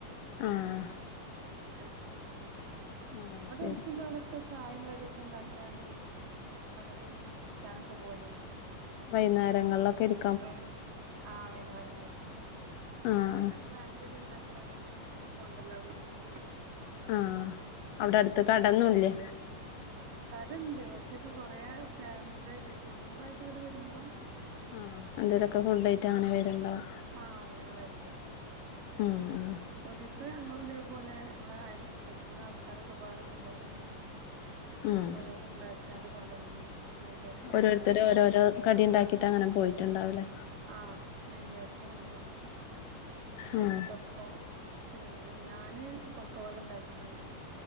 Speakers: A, on the left; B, on the right.
A: ആഹ്
B: അങ്ങനെ വരു
A: ആഹ് അത്
B: ഇവടെ
A: ശരി
B: എടുത്തില്ലോലൊക്കെ ചായയും കടിയൊക്കെ ഇണ്ടാക്കിയാണ്ട് അങ്ങട്ട് കുടിച്ചാനൊക്കെ പോവലിണ്ട്
A: വൈന്നേരങ്ങളിലൊക്കെ ഇരി
B: വൈ ആഹ് വൈന്നേരങ്ങളില്
A: ആഹ്
B: അതങ്ങനെ ചായേം കടി ഉണ്ട ഉണ്ടാക്കിയർ കൊണ്ടർലാവും വീട്ടീന്ന്
A: ആഹ് അവടെ അടുത്ത് കടൊന്നുംല്ലേ
B: കടണ്ട് പക്ഷെ ഇത് കൊറേ ഫാമ ഇതായിട്ട് കുടുംമ്പായിട്ട് ഇങ്ങട് വരുമ്പോ
A: ആഹ് എന്തേലൊക്കെ ഫുഡ്‌ ആയിട്ട് അങ്ങന വരുണ്ടാവും.
B: ആഹ അങ്ങന വരലാണ്
A: ഉം ഉം
B: ഒരീസം ഞങ്ങളും ഇതേപോലെ ഞങ്ങളെ അയൽക്കൂട്ടത്തിന്ന് ആൾക്കാരൊക്കെപാട കൂടിയാണ്ട് ഇങ്ങനെ
A: ഉം
B: ഓരോന്ന് ഇണ്ടാക്കിയാണ്ട് കൊണ്ടന്നീന് നെയ്യപ്പം
A: ഓരോരുത്തര്
B: ഉണ്ണിയപ്പം
A: ഓരോരോ കടി ഇണ്ടാക്കിട്ട് അങ്ങനെ പോയിട്ടുണ്ടാവുലേ
B: ആഹ് നെയ്യപ്പൊ ഉണ്ണിയപ്പൊ കൽത്ത
A: ഉം
B: പ്പം പിന്നെ ഞാന് പൊക്കവട ഇണ്ടാക്കീന്